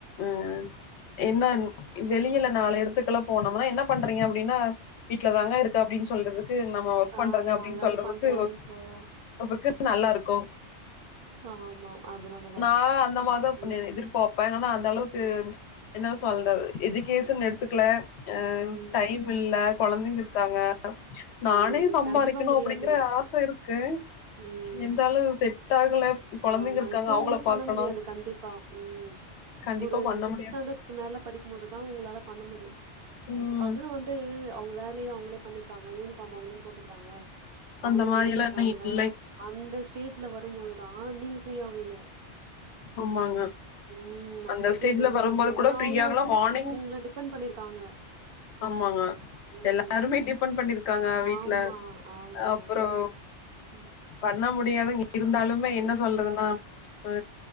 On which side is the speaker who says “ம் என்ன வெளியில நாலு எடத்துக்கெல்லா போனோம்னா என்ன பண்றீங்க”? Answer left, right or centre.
Left